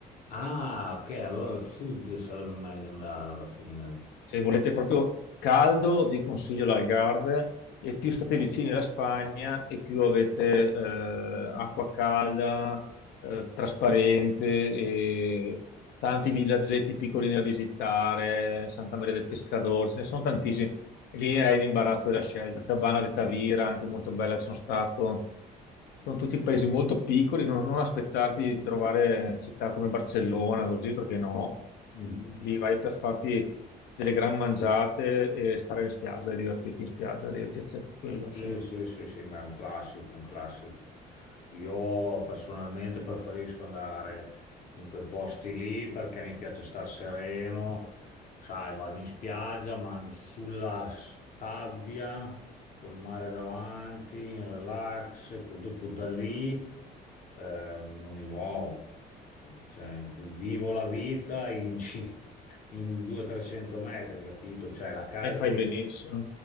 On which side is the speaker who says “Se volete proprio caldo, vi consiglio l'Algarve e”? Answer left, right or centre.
Left